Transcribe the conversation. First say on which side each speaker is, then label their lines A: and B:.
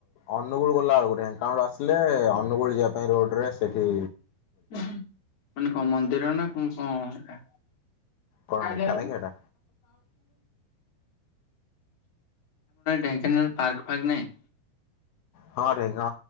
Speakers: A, on the left; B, on the left.
A: ଅନୁଗୁଳ ଗଲା ବେଳକୁ ଢେଙ୍କାନାଳ ଆସିଲେ ଅନୁଗୁଳ ଯିବା ପାଇଁ ରୋଡ ରେ ସେଠି
B: ମାନେ କଣ ମନ୍ଦିର ନା କ କଣ ସେଟା?
A: କଣ
B: <inaudible> ଆପଣ
A: କାମାକ୍ଷାଟା?
B: ଢେଙ୍କାନାଳରେ ପାର୍କ ଫାର୍କ ନାଇଁ?
A: ହଁରେ ହଁ